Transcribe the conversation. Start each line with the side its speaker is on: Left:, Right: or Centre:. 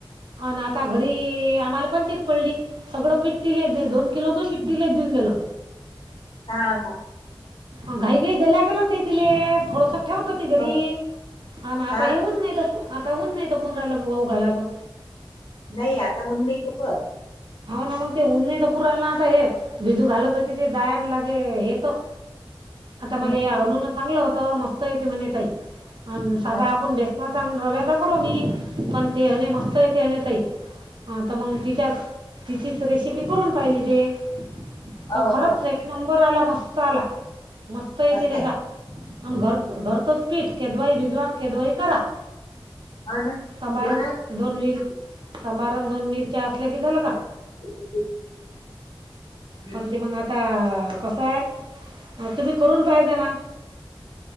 Right: अना आता घरी आम्हाला चित पडली, सगळं पिठ दिले दोन किलोच पिठ. दिल देऊन गेलं.
Left: हा हा.
Right: घाई घाई दिल्या गेलो, तेथिल थोडस. ठेवत होती घरी,
Left: ह
Right: आता
Left: हा
Right: हेऊन नाही आता होऊन नाही त पुनराला वाऊ घालात.
Left: नाही आता मुनंदईच पत.
Right: हा ना मग ते उन तर पुराना ना, आता हे भिजू घालत होती ते दायन लागे हे त. आता
Left: हं
Right: मला हे अनुन चांगलं होत, मस्त येते म्हणे ताई. साधा
Left: ह
Right: आपण बेसनाचा रव्यादा करू मी, पण ते म्हणे मस्त येते अनू ताई. <inaudible> हं, तर मंग तिच्या तिचीच रेसिपी करून पाहिली हे,
Left: हो
Right: तर खरंच
Left: हो
Right: एक. नंबर आला मस्त आला, मस्त येते
Left: असं
Right: तेचा.
Left: काय
Right: आणि घरचंच पीठ, केदवाई भिजवा केदवाई करा.
Left: ह ना
Right: सांभारण
Left: ते काय
Right: दोन मिर सांभारण, दोन मिरच्या असल्या कि झालं का
Left: <unintelligible> हं
Right: पण ते मग आता कसं आहे, तुम्ही करून पाहेचा ना.